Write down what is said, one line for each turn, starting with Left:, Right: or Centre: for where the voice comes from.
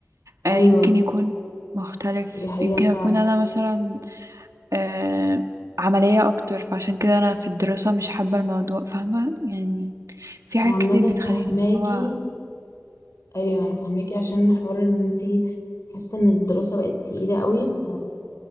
Right: آه
Left: أيوة
Right: يمكن يكون مختلف
Left: دي حقيقة
Right: يمكن
Left: فعلا
Right: اكون انا مثلا آه عمليه اكتر فعشان كده انا في الدراسه مش حابه الموضوع فاهمه يعني في
Left: أنا
Right: حاجات
Left: عامة
Right: كتير بتخليني
Left: فهماكي
Right: اللي هو
Left: ايوه انا فاهماكي عشان حوار ان انتي حاسه ان الدراسه بقت تقيله قوي ف...